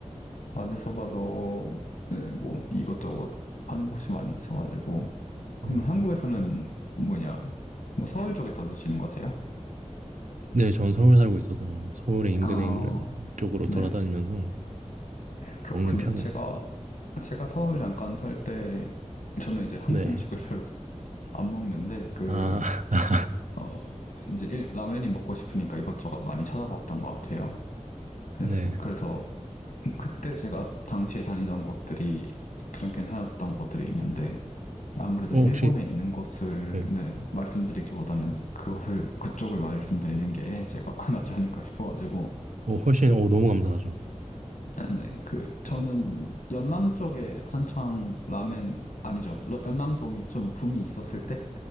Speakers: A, on the left; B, on the right.
A: 어디 서봐도 네, 뭐 이것저것 하는 곳이 많이 있어가지고 그럼
B: 네.
A: 한국에서는 뭐냐 뭐 서울 쪽에서 드시는 거세요?
B: 네, 전 서울 살고 있어서 서울의 인근에
A: 아,
B: 있는 쪽으로
A: 네
B: 돌아다니면서
A: 그렇군요.
B: 먹는 편이에요.
A: 제가 제가 서울 잠깐 살 때 저는 이제 한국
B: 네.
A: 음식을 별로 안 먹는데 그
B: 아, <laughs>
A: 어, 이제 일- 라면이 먹고 싶으니까 이것저것 많이 찾아봤던 것 같아요. 그래서
B: 네.
A: 그래서 그때 제가 당시에 다니던 곳들이 좀 괜찮았던 곳들이 있는데 아무래도
B: 어,
A: 일본에
B: 혹시,
A: 있는 곳을
B: 네.
A: 네, 말씀드리기보다는 그것을 그쪽을 말씀드리는 게 제가 <laughs> 낫지 않을까 싶어가지고
B: 어, 훨씬, 어, 너무 감사하죠.
A: 네, 그 저는 연남 쪽에 한창 라멘 아니죠 러- 연남동이 좀 붐이 있었을 때